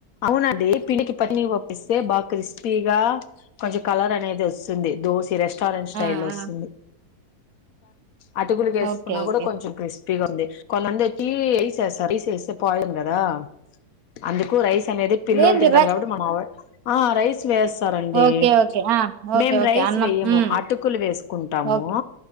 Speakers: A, on the left (about 65°); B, on the right (about 70°).
A: అవునండి పిండికి పనీ ఓప్పిస్తే బాగా క్రిస్పీగా కొంచెం కలర్ అనేది వస్తుంది దోసి రెస్ స్టారెంట్ స్టైల్
B: ఆ ఆ
A: వస్తుంది అటుకులు వేసుకున్నా
B: ఓకే ఓకే
A: కూడా కొంచెం క్రిస్పీ ఉంది కొంతంది వచ్చి రైస్ వేస్తరు రైస్ ఎస్తే పాయిజన్ కదా అందుకు రై అనేది పిల్లోలు
B: అదేంది
A: తింటారు
B: ర
A: కాబట్టి మన అవే రైస్ వేస్తరండి
B: ఓకే ఓకే ఆ ఓకే
A: మేము
B: ఓకే
A: రైస్
B: అన్నం
A: వేయము
B: ఉమ్
A: అటుకులు వే కుంటాము
B: ఓకే